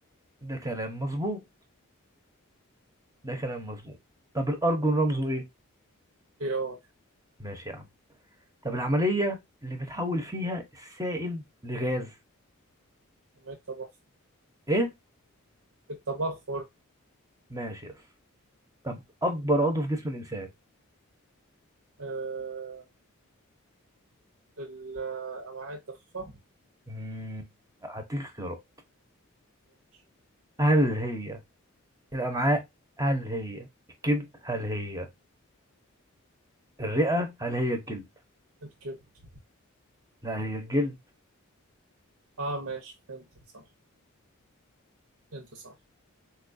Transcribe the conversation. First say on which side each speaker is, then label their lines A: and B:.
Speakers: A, on the right; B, on the right.
A: ده كلام مظبوط ده كلام مظبوط طب الأرجون رمزه إيه
B: اي ار
A: ماشي يا عم طب العملية اللي بتحول فيها السائل لغاز
B: كمية تبخر
A: إيه
B: التبخر
A: ماشي يا اسطى. طب أكبر عضو في جسم الإنسان
B: آه الأمعاء الضخة
A: مم، لا، هديك اختيارات
B: ماشي.
A: هل هي الأمعاء هل هي الكبد هل هي الرئة هل هي الجلد
B: الكبد
A: لا هي الجلد
B: اه ماشي فهمتك صح انت صح